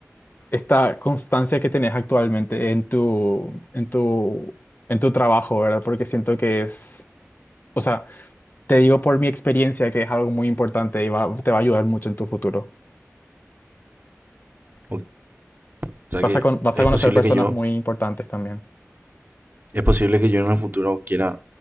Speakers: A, on the left; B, on the right.
A: esta constancia que tenés actualmente en tu, en tu, en tu trabajo, ¿verdad? Porque siento que es, o sea, te digo por mi experiencia que es algo muy importante y va- te va a ayudar mucho en tu futuro.
B: O, o sea
A: Vas
B: que
A: a, con- vas
B: es
A: a conocer
B: posible
A: personas
B: que yo,
A: muy importantes también.
B: es posible que yo en el futuro quiera,